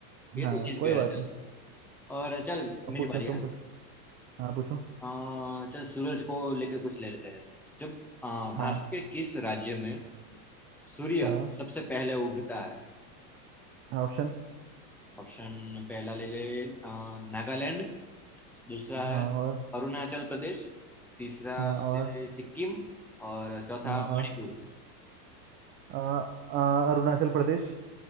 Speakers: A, in the centre; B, on the right.
A: ये
B: हाँ
A: तो जीत
B: कोई
A: गया
B: बात
A: चल
B: नहीं
A: और चल
B: अब
A: मेरी
B: पूछो
A: बारी
B: तुम
A: है
B: पूछो हाँ पूछो
A: अ, चल सूरज को लेके कुछ ले लेते हैं जब अ,
B: हाँ
A: भारत के किस राज्य में सूर्य
B: हाँ
A: सबसे पहले उगता है
B: हाँ ऑप्शन
A: ऑप्शन पहला ले ले अ, नागालैंड दूसरा
B: हाँ
A: है
B: और
A: अरुणाचल प्रदेश तीसरा
B: हाँ और
A: ले ले सिक्किम और चौथा
B: हाँ
A: मणिपुर
B: और आ, आ, अरुणाचल प्रदेश